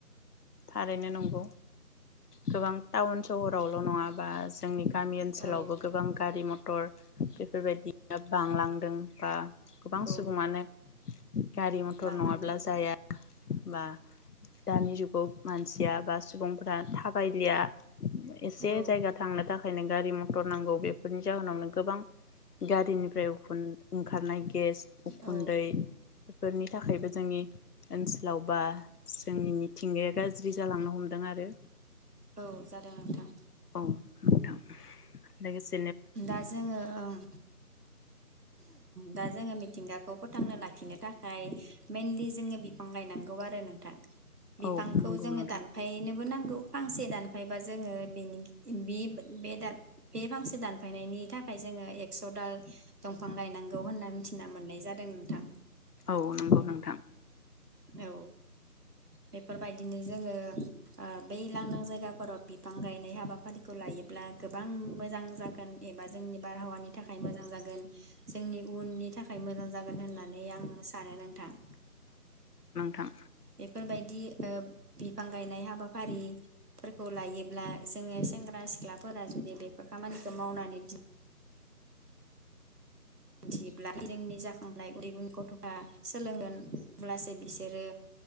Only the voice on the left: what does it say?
थारैनो नंगौ गोबां टाउन सहरावल नङाबा। जोंनि गामि ओनसोलावबो
गोबां गारि मथर। बेफोरबायदिया बांलांदों। बा गोबां
सुबुङानो गारि मथर
नङाब्ला जाया। बा दानि जुगाव मानसिया बा सुबुंफोरा थाबायलिया एसे
जायगा थांनो थाखायनो गारि मथर नांगौ बेफोरनि जाहोनावनो गोबां। गारिनिफ्राय उखुन ओंखारनाय गेस उखुन्दै
बेफोरनि थाखायबो जोंनि ओन्स लावबा। जोंनि मिथिंगाया गाज्रि जालांनो हमदों आरो
औ नोंथां लोगोस
औ नंगौ
नोंथां
औ नंगौ नोंथां
थां